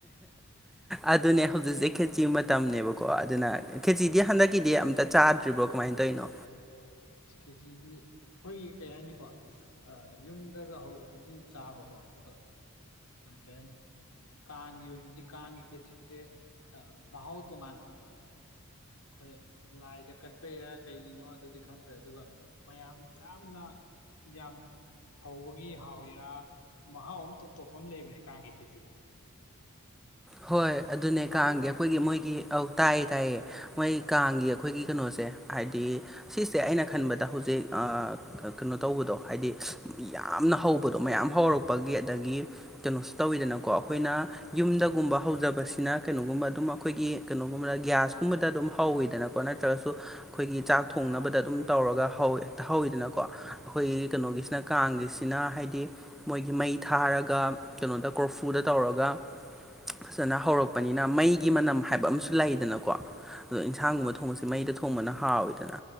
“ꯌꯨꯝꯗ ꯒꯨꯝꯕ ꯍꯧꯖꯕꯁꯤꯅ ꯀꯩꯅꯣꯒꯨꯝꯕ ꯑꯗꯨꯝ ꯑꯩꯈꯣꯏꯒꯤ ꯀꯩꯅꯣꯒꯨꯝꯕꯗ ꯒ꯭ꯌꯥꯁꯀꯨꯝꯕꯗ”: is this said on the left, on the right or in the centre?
Centre